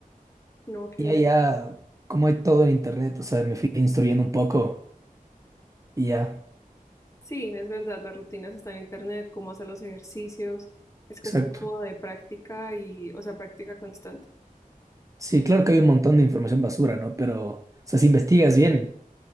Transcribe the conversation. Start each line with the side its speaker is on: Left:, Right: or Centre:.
Left: No, qué
Right: Y
Left: bien.
Right: allá, como hay todo en internet, o sea, me fui instruyendo un poco y ya.
Left: Sí, es verdad, las rutinas están en internet, cómo hacer los ejercicios, es cuestión
Right: Exacto.
Left: como de práctica y, o sea, práctica constante.
Right: Sí, claro que hay un montón de información basura, ¿no? Pero, o sea, si investigas bien,